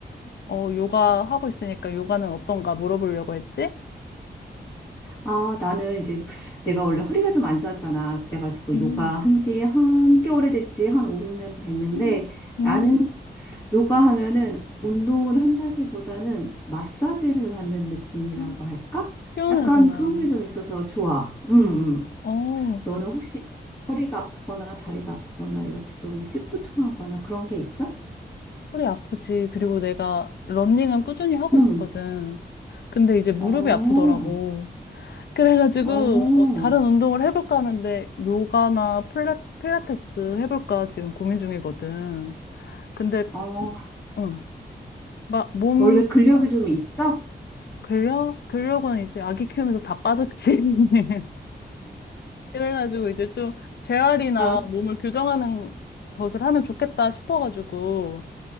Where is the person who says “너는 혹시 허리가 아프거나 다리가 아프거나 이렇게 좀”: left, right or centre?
Left